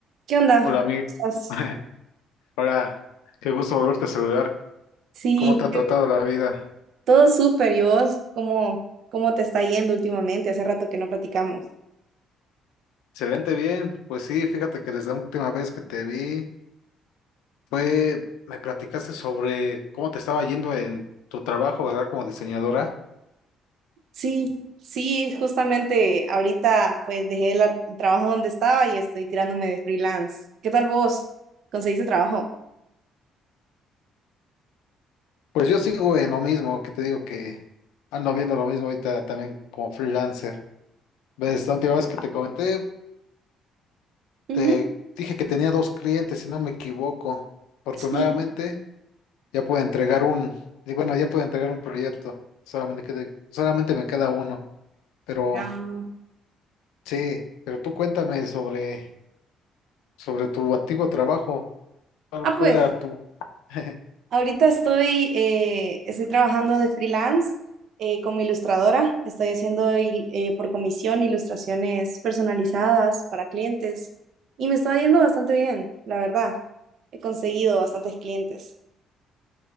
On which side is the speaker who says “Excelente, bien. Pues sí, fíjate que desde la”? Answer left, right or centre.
Left